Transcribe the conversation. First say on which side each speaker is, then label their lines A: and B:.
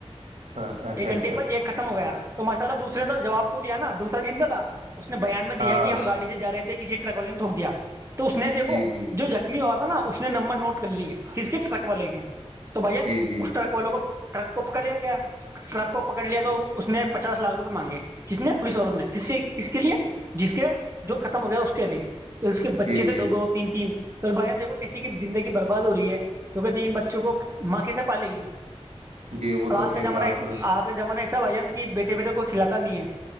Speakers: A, on the right (about 80°); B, on the right (about 25°).
A: ہاں اچھا
B: ایک
A: اچھا
B: گھنٹے کے بعد ایک ختم ہو گیا تو ماشاء اللہ دوسرے
A: جی
B: نے
A: جی
B: جواب تو دیا نا دوسرا جندا تھا اس نے بیان میں
A: ہاں
B: دیا کہ ہم گاڑی سے جا رہے تھے کسی ٹرک والے نے تھٹوک دیا تو اس نے دیکو
A: جی جی
B: جو ج ہوا تھا نا اس نے نمبر نوٹ کر لی کس کے ٹرک والے کے تو بھائییا
A: جی جی
B: اس ٹرک والوں کو ٹرک کو پکڑ لیا گ ٹرک کو پکڑ لیا
A: جی
B: تو <unintelligible> اس نے پچاس لاکھ روپئے مانگے کس نے پولیس والوں نے کس کس کے لیے جس کے جو ختم ہو گیا اس کے لے تو اس کے بچے
A: جی
B: تھے
A: جی
B: دو دو تین تین تو بان دیکھو کسی کی زندگی برباد ہو رہی ہے کیونکہ تین بچوں کو ماں کیسے پالے گی
A: جی وہ
B: اور
A: تو
B: آج
A: صحیح
B: کا زمانہ
A: کہا آپ
B: ای
A: نے
B: آج کا زمانہ ایسا بھائی ن کہ بیٹے بیٹے کوئی کھلاتا نہیں ہے